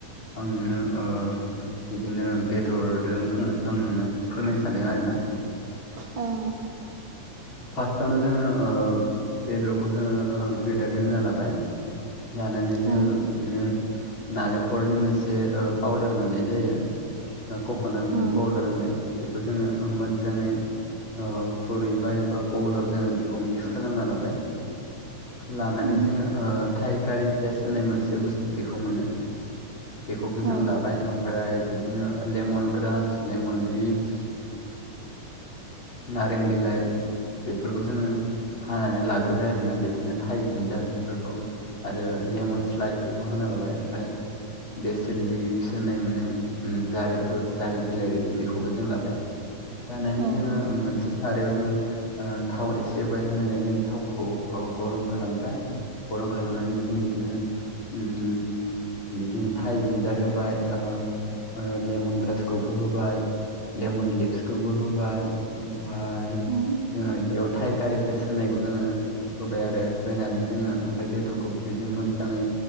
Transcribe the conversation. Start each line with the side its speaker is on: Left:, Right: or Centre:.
Left: आं नोंनो ओ बिदिनो बेदरदों संनायखौ आं नोंनो फोरमायनो सानदों आरोना
Right: औ
Left: फार्स्टावनो जोङो ओ बेदरखौ जोङो ओ गोदागोरना लाबाय लानानै जोङो
Right: ओं
Left: बिदिनो नालेंखरनि मोनसे पाउदार मोननाय जायो ओ कक'नाट मिल्क
Right: ओं
Left: पाउदार होननाय बेखौ जोङो मो जोङै औ खुरैबाय एबा बलाव जोङो बेखौ मिक्स खालामना लाबाय लानानै
Right: ओं
Left: जोङो ओ थाइखारि पियास होननाय मोनसे बुस्थु बेखौ मोनो बेखौबो
Right: औ
Left: जों लाबाय ओम फ्राय बिदिनो लेमन ग्रास लेमन लिभस नारें बिलाइ बेफोरखौ जोङो हानानै लाग्रोबाय आरोना बिदिनो थाइ जिन्जार बेफोरखौ आरो लेमन स्लाइस बेखौ हाना लाबाय ओमफाय बेसेल लिफ्स होननाय माने जारिफोर जारि बिलाइ बायदि बेखौबो जों लाबाय जानायनि
Right: औ
Left: जोङो मोनसे सारायाव जोङो ओ थाव एसे होबाय होनानै जों थावखौ गरम खालामबाय गरम खालामनानै जों बिदिनो उम बिदिनो थाइ जिन्जार होबाय ओ लेमन ग्रासखौबो होबाय लेमन लिपस होबाय ओमफाय
Right: ओं
Left: जोङो बेयाव थाइकारि पेस होननायखौ जोङो होबाय आरो होनानै जोङो ओमफ्राय बेदरखौबो बेजों मोजाङै